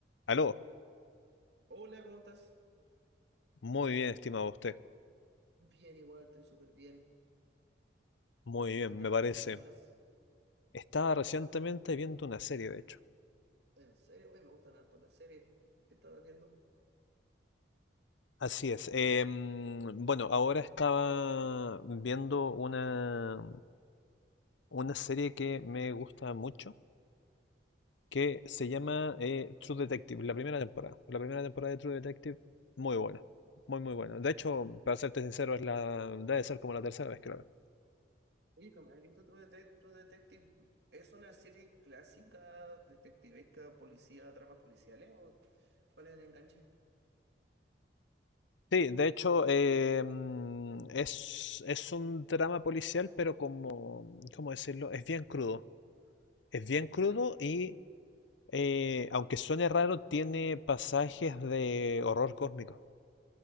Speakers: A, on the left (about 80°); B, on the right (about 65°).
A: Aló,
B: Hola, ¿cómo estás?
A: muy bien, estimado usted.
B: Bien, igual, estoy súper bien.
A: Muy bien,
B: ¿Qué estabas
A: me parece.
B: haciendo, Nicolás?
A: Estaba recientemente viendo una serie, de hecho.
B: ¿En serio? Oye, me gustan harto las series. ¿Qué estabas viendo?
A: Así es. em, bueno, ahora estaba viendo una, una serie que me gusta mucho, que se llama eh, True Detective, la primera temporada. La primera temporada de True Detective, muy buena. Muy, muy buena. De hecho,
B: Oye,
A: para serte sincero, es la, debe ser como la tercera vez que la veo.
B: oye, como he visto True Detec- True Detective. ¿Es una serie clásica, detectivesca, policía, dramas policiales? ¿O cuál es el enganche?
A: Sí, de hecho, eh, mm, es, es un drama policial, pero como, ¿cómo decirlo? Es bien crudo. Es bien
B: ¿Ya?
A: crudo y, eh, aunque suene raro, tiene pasajes de horror cósmico.